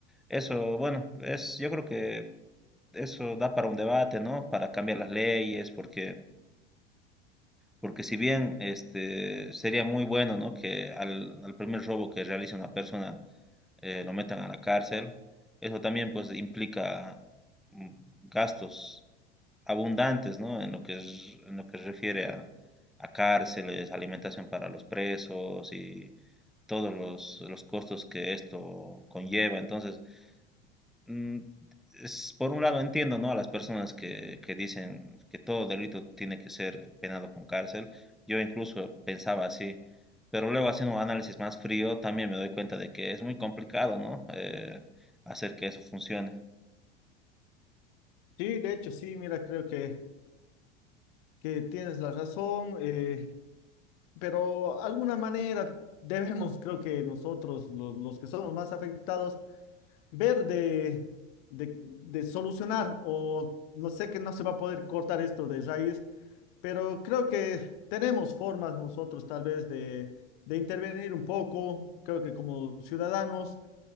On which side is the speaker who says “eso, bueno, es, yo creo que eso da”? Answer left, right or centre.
Centre